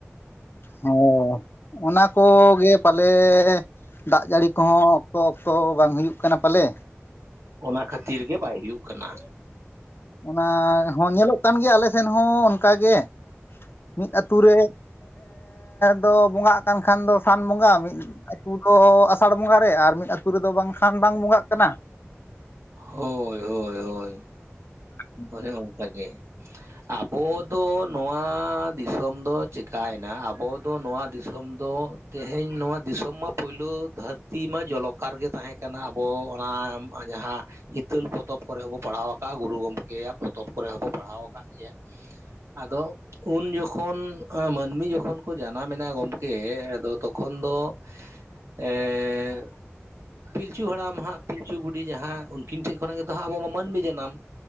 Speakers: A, on the left (about 50°); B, on the right (about 65°).
A: ᱦᱚᱸ ᱚᱱᱟ ᱠᱚ ᱜᱮ ᱯᱟᱞᱮ ᱫᱟᱜ ᱡᱟᱹᱲᱤ ᱠᱚᱦᱚᱸ ᱚᱠᱛᱚ ᱚᱠᱛᱚ ᱵᱟᱝ ᱦᱩᱭᱩᱜ ᱠᱟᱱᱟ ᱯᱟᱞᱮ
B: ᱚᱱᱟ ᱠᱷᱟᱹᱛᱤᱨ ᱜᱮ ᱵᱟᱭ ᱦᱩᱭᱩᱜ ᱠᱟᱱᱟ
A: ᱚᱱᱟ ᱦᱚᱸ ᱧᱮᱞᱚᱜ ᱠᱟᱱ ᱜᱮᱭᱟ ᱟᱞᱮ ᱥᱮᱱ ᱦᱚᱸ ᱚᱱᱠᱟᱜᱮ ᱢᱤᱫ ᱟᱛᱩ ᱨᱮ ᱫᱚ ᱵᱚᱸᱜᱟᱜ ᱠᱟᱱ ᱠᱷᱟᱱ ᱫᱚ ᱥᱟᱱ ᱵᱚᱸᱜᱟ ᱢᱤᱫ ᱟᱛᱩ ᱫᱚ ᱟᱥᱟᱲ ᱵᱚᱸᱜᱟ ᱨᱮ ᱟᱨ ᱢᱤᱫ ᱟᱛᱩ ᱨᱮᱫᱚ ᱵᱟᱝᱠᱷᱟᱱ ᱵᱟᱝ ᱵᱚᱸᱜᱟᱜ ᱠᱟᱱᱟ
B: ᱦᱳᱭ ᱦᱳᱭ ᱦᱳᱭ
A: ᱟ
B: ᱦᱮᱸ ᱚᱝᱠᱟᱜᱮ ᱟᱵᱚ ᱫᱚ ᱱᱚᱣᱟ ᱫᱤᱥᱚᱢ ᱫᱚ ᱪᱮᱠᱟᱹᱭᱱᱟ ᱟᱵᱚ ᱫᱚ ᱱᱚᱣᱟ ᱫᱤᱥᱚᱢ ᱫᱚ ᱛᱮᱦᱮᱧ ᱱᱚᱣᱟ ᱫᱤᱥᱚᱢ ᱢᱟ ᱯᱩᱭᱞᱩ ᱫᱷᱟᱹᱨᱛᱤ ᱢᱟ ᱡᱚᱞᱚᱠᱟᱨ ᱜᱮ ᱛᱟᱦᱮᱸ ᱠᱟᱱᱟ ᱟᱵᱚ ᱚᱱᱟ ᱡᱟᱦᱟᱸ ᱦᱤᱛᱟᱹᱞ ᱯᱚᱛᱚᱵ ᱠᱚᱨᱮ ᱦᱚᱸ ᱵᱚ ᱯᱟᱲᱦᱟᱣ ᱟᱠᱟᱜᱼᱟ ᱜᱩᱨᱩ ᱜᱚᱢᱠᱮ ᱜᱮᱭᱟ ᱯᱚᱛᱚᱵ ᱠᱚᱨᱮ ᱦᱚᱸᱵᱚ ᱯᱟᱲᱦᱟᱣ ᱟᱠᱟᱫ ᱜᱮᱭᱟ ᱟᱫᱚ ᱩᱱ ᱡᱚᱠᱷᱚᱱ ᱢᱟᱹᱱᱢᱤ ᱡᱚᱠᱷᱚᱱ ᱠᱚ ᱡᱟᱱᱟᱢ ᱢᱮᱱᱟ ᱜᱚᱢᱠᱮ ᱟᱫᱚ ᱛᱚᱠᱷᱚᱱ ᱫᱚ ᱮ ᱯᱤᱞᱪᱩ ᱦᱟᱲᱟᱢ ᱦᱟᱸᱜ ᱯᱤᱞᱪᱩ ᱵᱩᱰᱷᱤ ᱡᱟᱦᱟᱸ ᱩᱱᱠᱤᱱ ᱴᱷᱮᱱ ᱠᱷᱚᱱᱟᱜ ᱜᱮᱛᱚ ᱦᱟᱸᱜ ᱟᱵᱚ ᱢᱟ ᱢᱟᱹᱱᱢᱤ ᱡᱟᱱᱟᱢ